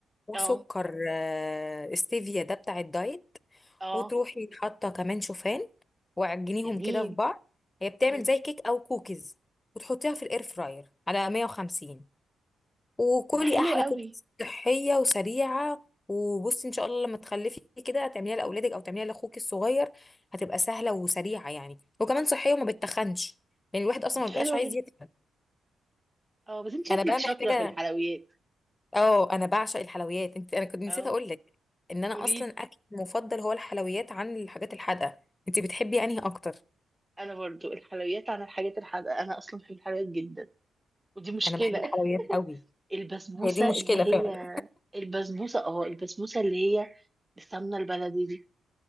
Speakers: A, on the left; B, on the right.
A: وسكر
B: اه
A: آه، ستيفيا ده بتاع الدايت
B: اه
A: وتروحي حاطه كمان شوفان وعجنيهم
B: جميل
A: كده في بعض هي بتعمل
B: مم.
A: زي كيك او كوكيز وتحطيها في الاير فراير على 150 وكلي
B: ده حلو
A: احلى
B: قوي
A: كده صحيه وسريعه وبصي ان شاء الله لما تخلفي كده هتعمليها لاولادك او تعمليها لاخوك الصغير هتبقى سهله وسريعه يعني وكمان صحيه وما بتخنش يعني الواحد اصلا
B: ده
A: ما بيبقاش
B: حلو
A: عايز
B: جدا
A: يتخن
B: اه بس انت شكلك
A: انا بقى
B: شاطره
A: محتاجه
B: في الحلويات
A: اه انا بعشق الحلويات انت انا كنت نسيت
B: اه
A: اقول لك ان انا
B: قولي
A: اصلا اكل مفضل هو الحلويات عن الحاجات الحادقه انت بتحبي انهي اكتر
B: انا برضو الحلويات عن الحاجات الحادقه انا اصلا بحب الحلويات جدا ودي مشكله
A: انا بحب الحلويات قوي
B: البسبوسة
A: هي دي مشكله
B: اللي
A: فعلا
B: هي البسبوسة اه البسبوسة اللي هي السمنة البلدي دي